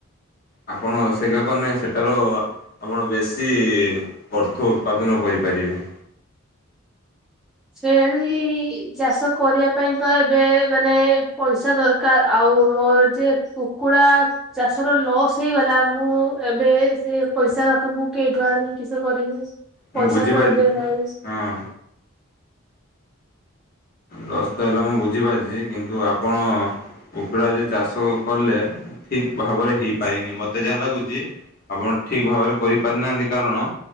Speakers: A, on the left (about 45°); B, in the centre.
A: ଆପଣ ସେଇଗା କନେ ସେଟାରୁ ଆପଣ ବେଶୀ ଅର୍ଥ ଉତ୍ପାଦନ କରିପାରିବେ।
B: ଛେଳି ଚାଷ କରିବା ପାଇଁ ତ ଏବେ ମାନେ ପଇସା ଦର କାର ଆଉ ମୋର ଯେ କୁକୁଡା ଚାଷ ର ଲସ୍ ହେଇଗଲା ମୁଁ ଏବେ ସେ ପଇସା ସବୁ କେଇଠୁ ଆଣିବି କିସ କରିମି
A: ମୁଁ
B: ପଇସା
A: ବୁଝିପାରିଛି
B: ତ ଏବେ ନାଇଁ
A: ହଁ ଲସ୍ ତ ହେଲା ମୁଁ ବୁଝିପାରିଛି କିନ୍ତୁ ଆପଣ କୁକୁଡ଼ା ଯେ ଚାଷ କଲେ ଠିକ୍ ଭାବରେ ହେଇପାରିନି ମୋତେ ଯାହା ଲାଗୁଛି ଆପଣ ଠିକ ଭାବରେ କରିପାରି ନାହାନ୍ତି କାରଣ